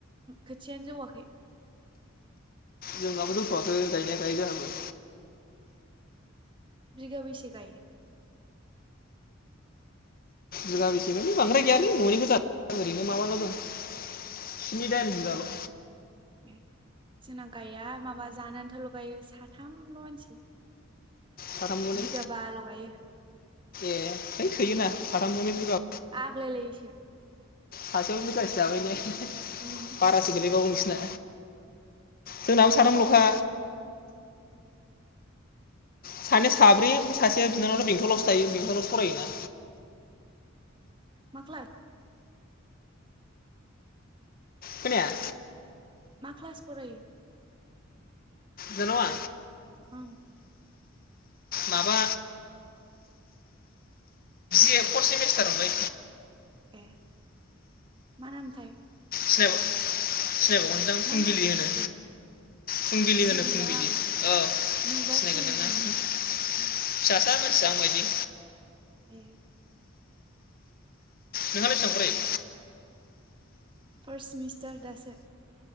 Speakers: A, on the right; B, on the left.
A: खोथियानो जौवाखै
B: जोंनाबो‌ जौथ'वाखै गायनाया गायो जोंहाबो
A: बिगा बैसे गायो
B: बिगा बेसेब बांद्राय गैयालै न'नि गोजा ओरैनो माबाल' दं स्नि- दाइन बिुगाल'
A: उ जोनां गया माबा जानानै आथाल' गायो साथामल' मानसि
B: साथामबो ने
A: बिगाबाल' गायो
B: ए हैै थोयोना। साथामजोंनो बिगा-
A: आगलाय लायो सो।
B: सासेयाव बिगासे जाबाय ने।
A: उम
B: बारासो गोलैबावो नोंसिना। जोंनाबो साथाम
A: असे
B: ल'खा। सानै साब्रै ओमफ्राय सासेया बिनानावा बेंथलावसो थायो बेंथलावसो फरायोना।
A: मा कलास
B: खोनाया
A: मा क्लास फरायो?
B: बिनानावा?
A: उम
B: माबा बे फर्थ सेमिस्टाराव मोनबाय।
A: ए मा नामथाय?
B: सनेहा बर'। सिनायबावगोन सो दां
A: मा
B: फुंबिलि
A: ना
B: होनो फुंबिलि
A: सिनायगोनदां
B: होनो फुंबिलि
A: आं
B: औ सिनायगोन
A: नुबा
B: दां
A: खोमा
B: ना फिसा।
A: उम
B: फिसा‌ मानसिया आं बायदि।
A: ए।
B: नोंहालाय बेसेबां फरायो?
A: फार्स्ट सेमिस्टार दासो।